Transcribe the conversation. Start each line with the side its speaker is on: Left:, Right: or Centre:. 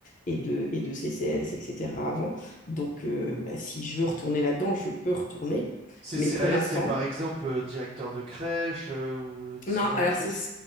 Left: et de, et de CCS, etc. avant, donc euh, bah, si je veux retourner là-dedans, je peux retourner.
Right: CCAS,
Left: Mais pour l'instant,
Right: c'est par exemple euh, directeur de crèche euh, ou ce
Left: non,
Right: genre
Left: alors
Right: de choses?
Left: c'est